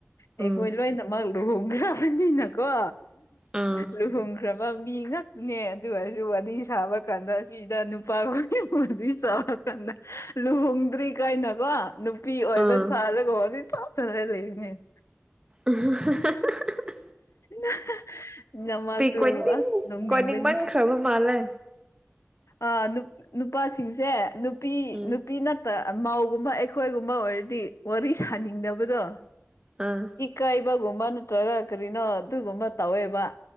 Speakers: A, on the right (about 20°); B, on the left (about 70°).
A: ꯎꯝ
B: ꯑꯩꯈꯣꯏ ꯂꯣꯏꯅꯃꯛ ꯂꯨꯍꯣꯡꯈ꯭ꯔꯕꯅꯤꯅ ꯀꯣ
A: ꯎꯝ
B: ꯂꯨꯍꯣꯡꯈ꯭ꯔ ꯕ ꯃꯤ ꯉꯥꯛꯇꯅꯦ ꯑꯗꯨ ꯑꯣꯏꯔꯁꯨ ꯋꯥꯔꯤ ꯁꯥꯕ ꯀꯥꯟꯗ ꯑꯁꯤ ꯁꯤꯗ ꯅꯨꯄꯥ <unintelligible> ꯍꯧꯖꯤꯛ ꯁꯥꯎꯔꯛꯇ ꯂꯨꯍꯣꯡꯗ꯭ꯔꯤ ꯀꯥꯏꯅ ꯀꯣ ꯅꯨꯞ ꯅꯨꯄꯤ ꯑꯣꯏꯕ
A: ꯎꯝ
B: ꯁꯥꯔꯒ <unintelligible> ꯁꯥꯖꯔ ꯂꯩꯔꯤꯅꯦ
A: ꯑꯍꯥꯍꯥꯍ <unintelligible>
B: ꯍꯥꯍꯥ ꯅꯪꯃꯛꯁꯨ
A: ꯀꯣꯏꯅꯤꯡ
B: ꯑꯁ ꯅꯣꯛꯅꯤꯡꯕꯅꯤ
A: ꯀꯣꯏꯅꯤꯡꯃꯟꯈ꯭ꯔꯕ ꯃꯥꯜꯂꯦ
B: ꯑꯥ ꯅꯨ ꯅꯨꯄꯥꯁꯤꯡꯁꯦ ꯅꯨꯄꯤ
A: ꯎꯝ
B: ꯅꯨꯄꯤ ꯅꯠ ꯇ ꯑ ꯃꯧꯒꯨꯝꯕ ꯑꯩꯈꯣꯏꯒꯨꯝꯕ ꯑꯣꯏꯔꯗꯤ ꯋꯥꯔꯤ ꯁꯥꯅꯤꯡꯗꯕꯗꯣ
A: ꯑꯥ
B: ꯏꯀꯥꯏꯕꯒꯨꯝꯕ ꯅꯠꯇ꯭ꯔꯒ ꯀꯔꯤꯅꯣ ꯑꯗꯨꯒꯨꯝꯕ ꯇꯧꯋꯦꯕ